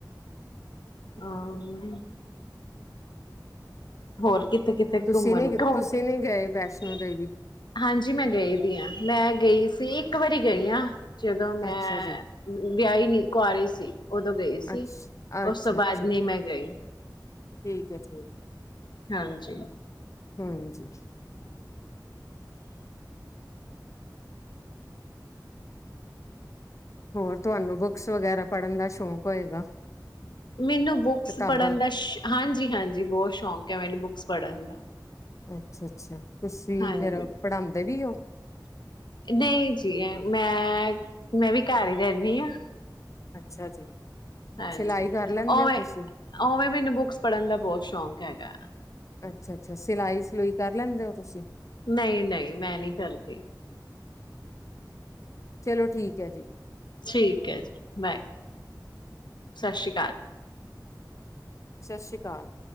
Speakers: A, on the left; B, on the left.
A: ਆਹੀ <unintelligible> ਹੋਰ ਕਿ ਕਿਥੇ
B: ਤੁਸੀਂ
A: ਘੁੰਮਣ
B: ਨੀ
A: ਘ <unintelligible>
B: ਤੁਸੀਂ ਨੀ ਗਏ ਵੈਸ਼ਨੋ ਦੇਵੀ
A: ਹਾਂਜੀ ਮੈਂ ਗਈ ਵੀ ਹਾਂ ਮੈਂ ਗਈ ਸੀ ਇੱਕ ਵਾਰੀ ਗਈ ਹਾਂ ਹ <unintelligible> ਜਦੋਂ ਮੈਂ
B: ਅੱਛਾ ਜੀ
A: ਵਿਆਹੀ ਨਹੀਂ ਕੁਆਰੀ ਸੀ ਉਦੋਂ ਗਈ ਸੀ
B: ਅੱਛਾ
A: ਉਸ
B: ਅੱਛਾ
A: ਤੋਂ
B: ਅੱਛਾ
A: ਬਾਅਦ ਨਹੀਂ ਮੈਂ ਗਈ
B: ਠੀਕ ਹੈ ਠੀਕ ਹੈ
A: ਹਾਂਜੀ
B: ਹਮ ਜੀ ਹੋਰ ਤੁਹਾਨੂੰ ਬੁੱਕਸ ਵਗੈਰਾ ਪੜ੍ਹਨ ਦਾ ਸ਼ੌਕ ਹੋਏਗਾ
A: ਮੈਨੂੰ ਬੁਕਸ
B: ਕਿਤਾਬਾਂ
A: ਪੜ੍ਹਨ ਦਾ ਸ਼ ਹਾਂਜੀ ਹਾਂਜੀ ਬਹੁਤ ਸ਼ੌਕ ਐ ਮੈਨੂੰ ਬੁਕਸ ਪੜਨ ਦਾ
B: ਅੱਛਾ ਅੱਛਾ ਤੁਸੀਂ
A: ਹਾਂਜੀ
B: ਫੇਰ ਪੜਾਉਂਦੇ ਵੀ ਹੋ
A: ਨਹੀਂ ਜੀ ਮੈਂ ਮੈਂ ਵੀ ਘਰ ਹੀ ਰਹਿੰਨੀ ਆਂ
B: ਅੱਛਾ ਜੀ
A: ਹਾਂਜੀ
B: ਸਿਲਾਈ ਕਰ ਲੈਂਦੇ
A: ਉਵੇਂ
B: ਹੋ ਤੁਸੀਂ
A: ਉਵੇਂ ਮੈਨੂੰ ਬੁੱਕਸ ਪੜ੍ਹਨ ਦਾ ਬਹੁਤ ਸ਼ੌਕ ਹੈਗਾ ਆ
B: ਅੱਛਾ ਅੱਛਾ ਸਿਲਾਈ ਸਲੂਈ ਕਰ ਲੈਂਦੇ ਹੋ ਤੁਸੀਂ
A: ਨਹੀਂ ਨਹੀਂ ਮੈਂ ਨਹੀਂ ਕਰਦੀ
B: ਚਲੋ ਠੀਕ ਹੈ ਜੀ
A: ਠੀਕ ਹੈ ਜੀ ਬਾਏ ਸਤਿ ਸ੍ਰੀ ਅਕਾਲ
B: ਸਤਿ ਸ੍ਰੀ ਅਕਾਲ